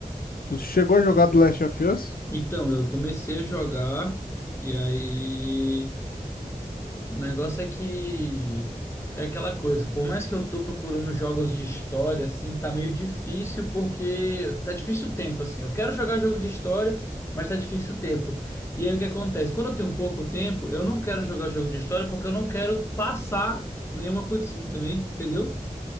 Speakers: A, on the left; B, on the left.
A: Tu chegou a jogar The Last of Us?
B: Então, eu comecei a jogar e aí o negócio é que é aquela coisa, por mais que eu tô procurando jogos de história assim, tá meio difícil porque tá difícil o tempo assim. Eu quero jogar jogo de história, mas tá difícil o tempo. E aí o que acontece? Quando eu tenho pouco tempo, eu não quero jogar jogo de história porque eu não quero passar nenhuma cutscene também, entendeu?